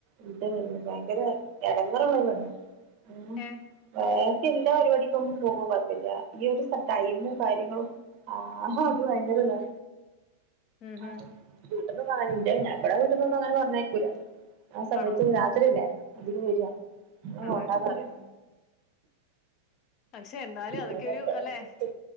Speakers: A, on the right (about 50°); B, on the left (about 40°).
A: യുദ്ധം കെയ്ഞ്ഞു ഭയ്ങ്കെര എടെങ്ങേറ്ള്ളൊരു പണിയാ ഉം
B: ഏഹ്
A: ബാക്കി എല്ലാ പരിവാടിക്കും മ്മക്ക് പോവ്മ്പം കൊയ്പ്പെല്ലാ ഈ ഒരു സ ടൈമും കാര്യങ്ങളും ആഹ് അത് വയ്ങ്കര താ
B: ഉം ഹും
A: ആഹ് വീട്ട്ന്നൊന്നു അങ്ങെനെ ൻ്റെ ഞങ്ങളെ വീട്ട്ന്നൊന്നു അങ്ങെനെ പർഞ്ഞയ്ക്കൂലാ ആ സമയത്തും
B: ആണോ
A: രാത്ര്യെല്ലേ അതൊരു പേട്യാ മ്മ
B: അതെ
A: പോണ്ടാന്നറയും
B: ഉം പക്ഷെ എന്നാലും
A: പിന്നെ
B: അതൊക്കെ ഒരു
A: ഇവിടെ
B: അല്ലെ
A: വന്നിട്ട്